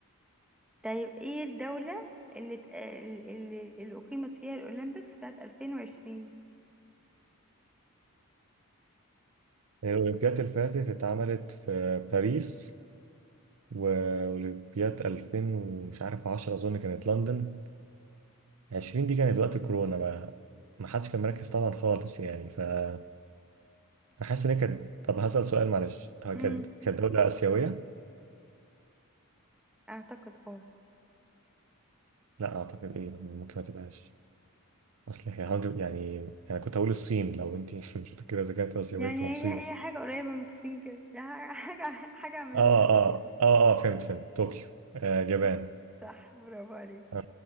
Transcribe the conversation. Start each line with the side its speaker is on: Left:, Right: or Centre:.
Centre: طيب ايه الدولة اللي ت- اللي, اللي أقيمت فيها الأولمبيكس سنة 2020
Right: الأولمبياد اللي فاتت اتعملت في باريس وأولمبياد 2000 ومش عارف 10 أظن كانت لندن 20 دي كانت وقت كورونا بقى ما حدش كان مركز طبعا خالص يعني ف أنا حاسس إن هي كانت طب هسأل سؤال معلش هي
Centre: امم
Right: كانت كانت دولة آسيوية؟
Centre: أعتقد اه
Right: لا أعتقد إيه ممكن ما تبقاش أصل هي هاند- يعني أنا كنت هقول الصين لو أنت <laughs> مش متأكدة إذا كانت آسيوية
Centre: يعني
Right: تبقى مصيبة
Centre: هي <laughs> هي حاجة قريبة من الصين كده يعني حاجة حاجة من
Right: آه آه آه آه فهمت فهمت طوكيو آه اليابان
Centre: دول. صح برافو عليك
Right: آه.